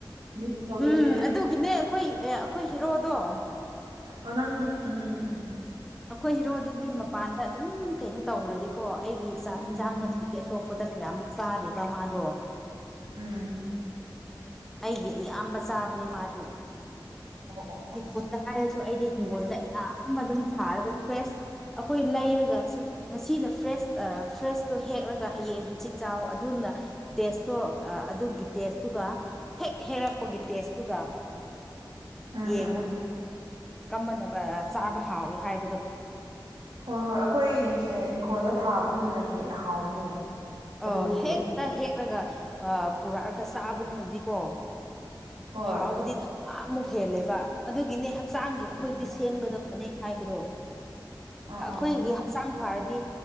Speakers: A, on the right; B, in the centre.
A: ꯃꯤꯁ ꯇꯧꯗꯣꯏꯅꯦ
B: ꯎꯝ
A: ꯑꯩ
B: ꯑꯗꯨꯒꯤꯅꯦ ꯑꯩꯈꯣꯏ ꯑꯩꯈꯣꯏ ꯍꯤꯔꯣꯗꯣ
A: ꯑꯣ ꯎꯝ ꯎꯝ ꯎꯝ
B: ꯑꯩꯈꯣꯏ ꯍꯤꯔꯣꯗꯨꯗꯤ ꯃꯄꯥꯟꯗ ꯑꯗꯨꯝ ꯀꯩꯅꯣ ꯇꯧꯔꯗꯤꯀꯣ ꯑꯩꯒꯤ ꯆꯥꯛ ꯌꯦꯟꯁꯥꯡꯅ
A: ꯎꯝ
B: ꯑꯇꯣꯞꯄꯗ ꯀꯌꯥꯃꯨꯛ ꯆꯥꯗꯦꯕ ꯃꯥꯗꯣ
A: ꯎꯝ
B: ꯑꯩꯒꯤ ꯏꯌꯥꯝꯕ ꯆꯥꯕꯅꯦ ꯃꯥꯗꯤꯗ
A: ꯑꯣ ꯑꯣ ꯑꯣ
B: ꯍꯥꯏꯔꯁꯨ ꯑꯩꯗꯤ ꯍꯤꯡꯒꯣꯜꯗ ꯌꯥꯝꯌꯥꯝꯕ ꯑꯗꯨꯝ ꯊꯥꯔꯒ ꯐ꯭ꯔꯦꯁ ꯑꯩꯈꯣꯏ ꯂꯩꯔꯒ ꯁ ꯉꯁꯤꯅ ꯐ꯭ꯔꯦꯁ ꯐ꯭ꯔꯦꯁꯇꯣ ꯍꯦꯛꯂꯒ ꯍꯌꯦꯡ ꯍꯪꯆꯤꯠ ꯆꯥꯎ ꯑꯗꯨꯅ ꯇꯦꯁꯇꯣ ꯑꯗꯨꯒꯤ ꯇꯦꯁꯇꯨꯒ ꯍꯦꯛ ꯍꯦꯛꯔꯛꯄꯒꯤ ꯇꯦꯁꯇꯨꯒ
A: ꯎꯝ
B: ꯌꯦꯡꯉꯣ
A: ꯎꯝ
B: ꯀꯃꯅ ꯆꯥꯕ ꯍꯥꯎꯏꯤ ꯍꯥꯏꯕꯗꯣ
A: ꯍꯣꯏ ꯍꯣꯏ ꯑꯩꯈꯣꯏ ꯏꯪꯈꯣꯜꯗ ꯊꯥꯕꯗꯨꯅ ꯍꯦꯟꯅ ꯍꯥꯎꯕꯅꯦ ꯑꯗꯨꯒꯤꯗꯤ
B: ꯑ ꯍꯦꯛꯇ ꯍꯦꯛꯂꯒ ꯄꯨꯔꯛꯑꯒ ꯆꯥꯕꯗꯨꯅꯗꯤꯀꯣ
A: ꯍꯣꯏ
B: ꯍꯥꯎꯕꯗꯤꯃꯨꯛ ꯍꯦꯜꯂꯦꯕ ꯑꯗꯨꯒꯤꯅꯦ ꯍꯛꯆꯥꯡꯒꯤ ꯑꯩꯈꯣꯏꯗꯤ
A: ꯎꯝ ꯎꯝ
B: ꯁꯦꯝꯒꯗꯕ ꯍꯥꯏꯕꯗꯣ
A: ꯎꯝ
B: ꯑꯩꯈꯣꯏꯒꯤ
A: ꯎꯝ
B: ꯍꯛꯆꯥꯡ ꯐꯔꯗꯤ